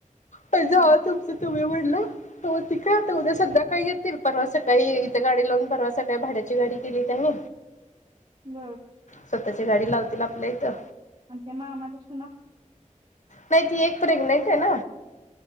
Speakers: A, on the left (about 65°); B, on the right (about 50°).
A: पर
B: बर
A: जावा तुम मी म्हटल तोवर ती काय आता उद्या संध्याकाळी येतील परवा सकाळी इथ गाडी लावून परवा सकाळी भाड्याची गाडी केली त्यांनी
B: हम् <unintelligible>
A: स्वतःची गाडी लावतील आपल्या इथं
B: आणि ते मामा दिसतो ना
A: नाय ती एक प्रेग्नेंट येन.